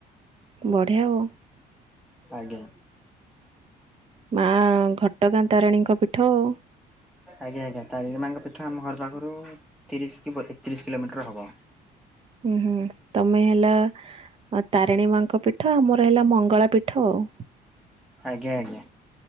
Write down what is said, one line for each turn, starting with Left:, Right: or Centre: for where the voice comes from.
Right: ବଢ଼ିଆ ଆଉ।
Centre: ଆଜ୍ଞା।
Right: ମା ଘଟଗାଁ ତାରାଣୀଙ୍କ ପୀଠ ଆଉ।
Centre: ଆଜ୍ଞା ଆଜ୍ଞା ତାରିଣୀ ମାଙ୍କ ପୀଠ ଆମ ଘର ପାଖରୁ ତିରିଶ କି ବତ୍ ତିରିଶ କିଲୋମିଟର ହବ।
Right: ହୁଁ ହୁଁ ତମେ ହେଲା ତାରିଣୀ ମାଙ୍କ ପୀଠ ଆମର ହେଲା ମଙ୍ଗଳା ପୀଠ ଆଉ।
Centre: ଆଜ୍ଞା ଆଜ୍ଞା।